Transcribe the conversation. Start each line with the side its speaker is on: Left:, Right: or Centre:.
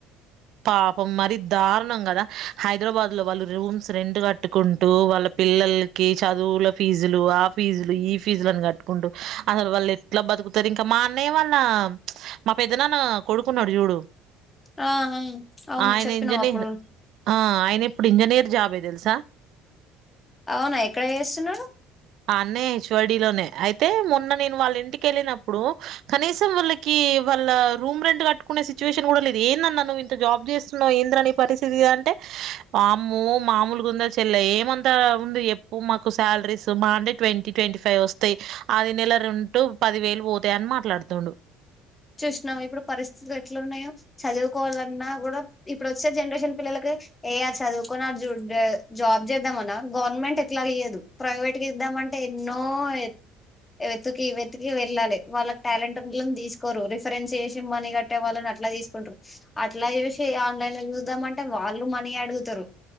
Right: పాపం మరి దారుణం కదా హైదరాబాద్ లో వాళ్ళు రూమ్స్ రెంట్ కట్టుకుంటూ వాళ్ళ పిల్లలకి చదువుల ఫీజులు ఆ ఫీజులు ఈ ఫీజులను కట్టుకుంటూ అస వాల్ళ ఎట్లా బతుకు ఇంకా మా అన్నయ్య వాళ్ళ మా పెద్ద నాన్న కొడుకున్నాడు చూడు
Left: ఆ అవును
Right: ఆయన
Left: చెప్పినావు
Right: ఇంజనీర్
Left: అప్పుడు
Right: ఆ ఆయన ఇప్పుడు ఇంజనీర్ జాబ్ ఏ తెలు
Left: అవునా ఎక్కడ చేస్తున్నాడు
Right: అన్న హెచ్వైడిీ లోనే అయితే మొన్న నేను వాళ్ళ ఇంటికి వెళ్ళినప్పుడు కనీసం వాళ్ళకి వాళ్ళ రూమ్ రెంట్ కట్టుకునే సిచువేషన్ కూడా లేదు ఏంది అన్న జాబ్ చేస్తున్నావు ఏంద్రని పరిస్థితి అంటే మా అమ్మ మామూలు గుంద చెల్ల ఏమంతా ఎప్పు మాకు శాలరీస్ మహా అంటే ట్వంటీ ట్వంటీ ఫైవ్ వస్తాయి ఆది నెల రెండు పదివే పోతే అని మాట్లాడుతుండు
Left: చూసినావార్ ఇప్పుడు పరిస్థితులు ఎట్లు ఉన్నాయో చదువుకోవాలన్నా కూడా ఇప్పుడు వచ్చే జనరేషన్ పిల్లలకి ఏ ఆ చదువుకున్నా జాబ్ చేద్దామన్నా గవర్నమెంట్ ఎట్లా ఇయదు ప్రైవేట్ ద్దామంటే ఎన్నో ఎ వెతుకి ఈ వెతికి వెళ్ళాలి వాళ్ళకి టాలెంట్ తీసుకు రు రిఫరెన్స్ చేసి మనీ కట్టే వాళ్ళని అట్లా తీసుకుంటారు అట్లా చేసి ఆన్లైన్ లో చూద్దాంమంటే వాళ్ళు మనీ అడుగుతారు